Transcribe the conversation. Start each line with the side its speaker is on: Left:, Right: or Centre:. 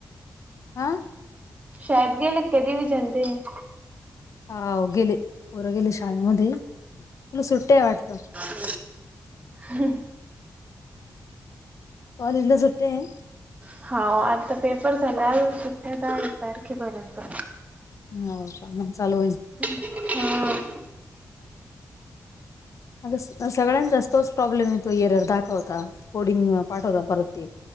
Left: अ
Right: शाळेत दिली का डिव्हीजन त्यांनि
Left: हाव गेले पोरं गेले शाळेमध्ये तुला सुट्ट्या आहे वाटत.
Right: <inaudible> हम्म
Left: कॉलेजला सुट्या ए
Right: हाव आता पेपर झालाय अजून सुट्या येत दहा एक तारीखे पर्यंत.
Left: होय प्रोब्लेम चालुये सध्या
Right: हा. <unintelligible>
Left: अग सगळ्यांचा तोच प्रॉब्लेम आहे तो एरर दाखवता. फोल्डिंग पाठवता परत ते.